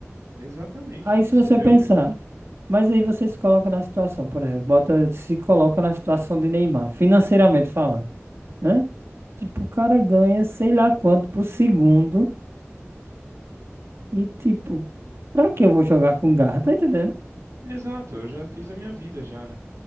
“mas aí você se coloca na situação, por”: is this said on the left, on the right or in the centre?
Right